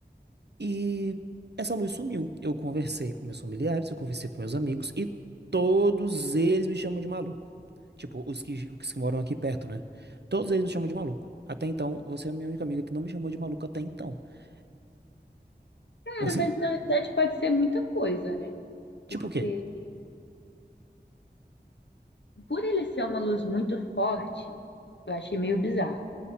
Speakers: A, on the right; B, on the left.
A: E essa luz sumiu. Eu conversei com meus familiares, eu conversei com meus amigos e todos eles me chamam de maluco. Tipo, os que, os que moram aqui perto, né? Todos eles me chamam de maluco. Até então, você é a minha única amiga que não me chamou de maluco até então. <laughs>
B: Cara,
A: Você,
B: mas na verdade pode ser muita coisa, né?
A: tipo
B: Porque.
A: o quê?
B: Por ele ser uma luz muito forte, eu achei meio bizarro.